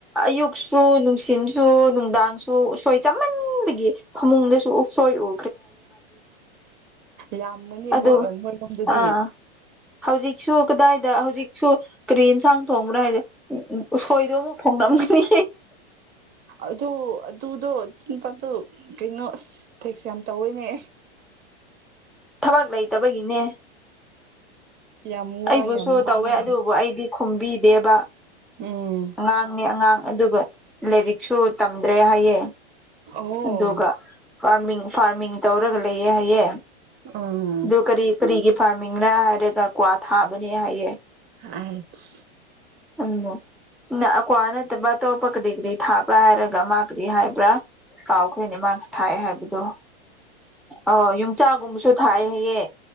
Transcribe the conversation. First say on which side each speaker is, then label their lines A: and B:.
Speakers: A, in the centre; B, on the right.
A: ꯑꯌꯨꯛꯁꯨ ꯅꯨꯡꯁꯤꯠꯁꯨ ꯅꯨꯡꯗꯥꯡꯁꯨ ꯎꯁꯣꯏ ꯆꯃꯟꯕꯒꯤ ꯐꯃꯨꯡꯗꯁꯨ ꯎꯁꯣꯏ ꯎ
B: ꯌꯥꯝꯃꯅꯤ
A: ꯑꯗꯨ
B: ꯃꯣꯏꯔꯣꯝꯗꯗꯤ
A: ꯑꯥ ꯍꯧꯖꯤꯛꯁꯨ ꯀꯗꯥꯏꯗ ꯍꯧꯖꯤꯛꯁꯨ ꯀꯔꯤ ꯌꯦꯟꯁꯥꯡ ꯊꯣꯡꯕ꯭ꯔꯥ ꯍꯥꯏꯔꯦ ꯎ ꯎꯁꯣꯏꯗꯣ ꯑꯃꯨꯛ ꯊꯣꯡꯂꯝꯝꯒꯅꯤ
B: ꯑꯗꯨ ꯑꯗꯨꯗꯣ ꯅꯨꯄꯥꯗꯣ ꯀꯩꯅꯣ ꯑꯁ ꯊꯦꯛꯁꯦ ꯌꯥꯝ ꯇꯧꯋꯦꯅꯦ
A: ꯊꯕꯛ ꯂꯩꯇꯕꯒꯤꯅꯦ
B: ꯌꯥꯝ ꯋꯥꯏ
A: ꯑꯩꯕꯨꯁꯨ
B: ꯌꯥꯝ ꯋꯥꯡꯉꯦꯅꯦ
A: ꯇꯧꯋꯦ ꯑꯗꯨꯕꯨ ꯑꯩꯗꯤ ꯈꯨꯝꯕꯤꯗꯦꯕ
B: ꯎꯝ
A: ꯑꯉꯥꯡꯅꯦ ꯑꯉꯥꯡ ꯑꯗꯨꯒ ꯂꯥꯏꯔꯤꯛꯁꯨ ꯇꯝꯗ꯭ꯔꯦ ꯍꯥꯏꯌꯦ
B: ꯑꯣ
A: ꯑꯗꯨꯒ ꯐꯥꯔꯃꯤꯡ ꯐꯥꯔꯃꯤꯡ ꯇꯧꯔꯒ ꯂꯩꯌꯦ ꯍꯥꯏꯌꯦ
B: ꯎꯝ
A: ꯑꯗꯨ ꯀꯔꯤ ꯀꯔꯤꯒꯤ ꯐꯥꯔꯃꯤꯡꯅ ꯍꯥꯏꯔꯒ ꯀ꯭ꯋꯥ ꯊꯥꯕꯅꯦ ꯍꯥꯏꯌꯦ
B: ꯑꯥꯏꯁ
A: ꯎꯝ ꯀ꯭ꯋꯥ ꯅꯠꯇꯕ ꯑꯇꯣꯞꯄ ꯀꯔꯤ ꯀꯔꯤ ꯊꯥꯕ꯭ꯔꯥ ꯍꯥꯏꯔꯒ ꯃꯥ ꯀꯔꯤ ꯍꯥꯏꯕ꯭ꯔꯥ ꯀꯥꯎꯈ꯭ꯔꯦꯅꯦ ꯃꯥ ꯊꯥꯛꯑꯦ ꯍꯥꯏꯕꯗꯣ ꯑ ꯌꯣꯡꯆꯥꯛꯒꯨꯝꯕꯁꯨ ꯊꯥꯏ ꯍꯌꯦ